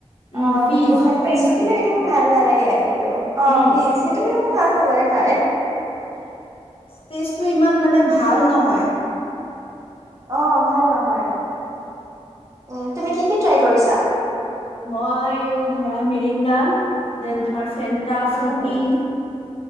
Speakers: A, on the left; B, on the right.
A: উম,
B: অ'
A: ফিজ
B: সেইটো খাই
A: ফিজটো
B: পাইছো কিন্তু সেইটো মোৰ ভাল নালাগে। <unintelligible> অ'
A: উম।
B: ফিজ সেইটো কি- ভাল নালাগে- হয়।
A: টেষ্ট টো ইমান মানে ভাল ন- হয়।
B: অ' ভাল নহয়, উম তুমি কি কি ট্ৰাই কৰিছা?
A: মই ধৰা মিৰিডা দেন তোমাৰ ফেন- তা ফ্ৰুটি-
B: উম